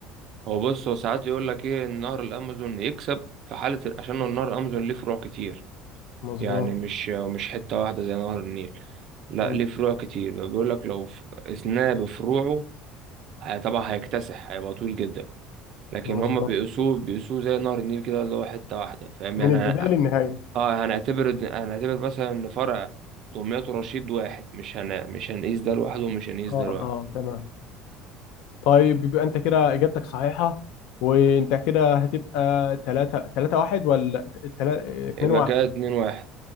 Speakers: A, on the right (about 50°); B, on the left (about 70°).
A: هو بص هو ساعات يقول لك ايه ان نهر الامازون يكسب في حاله عشان نهر الامازون ليه فروع كتير
B: مظبوط
A: يعني مش مش حته واحده زي نهر النيل لا
B: مم.
A: ليه فروع كتير بيقول لك لو ف- اثناه بفروعه هي- طبعا هيكتسح هيبقى طويل جدا لكن
B: مظبوط
A: هم بيقيسوه بيقيسوه زي نهر النيل كده اللي هو حته واحده فاهم
B: من
A: يعني
B: البداية
A: هن-
B: للنهاية
A: اه هنعتبر إن- هنعتبر مثلا ان فرع دمياط ورشيد واحد مش هن... مش هنقيس ده لوحده ومش هنقيس
B: اه
A: ده لوحده
B: اه تمام طيب يبقى انت كده اجابتك صحيحه وانت كده هتبقى 3 3 1 ولا 3 2
A: يبقى
B: 1
A: كده اتنين واحد